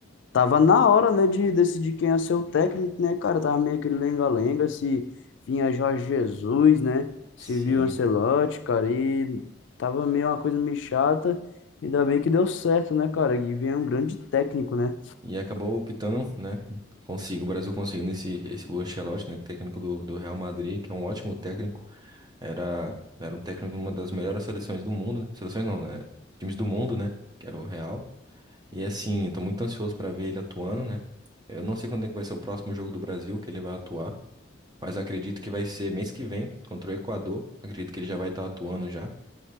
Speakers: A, on the left; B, on the right.
A: Tava na hora, né, de decidir quem ia ser o técnico, né, cara? Tava meio aquele lenga-lenga, se vinha Jorge Jesus, né? Se
B: Sim.
A: viu Ancelotti, cara, e tava meio uma coisa meio chata. Ainda bem que deu certo, né, cara? E vem um grande técnico, né?
B: E acabou optando, né? Consigo, o Brasil conseguindo esse, esse o Ancelotti, né? Técnico do, do Real Madrid, que é um ótimo técnico. Era, era um técnico de uma das melhores seleções do mundo, né? Seleções não, né? Times do mundo, né? Que era o Real. E assim, eu tô muito ansioso pra ver ele atuando, né? Eu não sei quando é que vai ser o próximo jogo do Brasil que ele vai atuar. mas acredito que vai ser mês que vem contra o Equador. Acredito que ele já vai estar atuando já.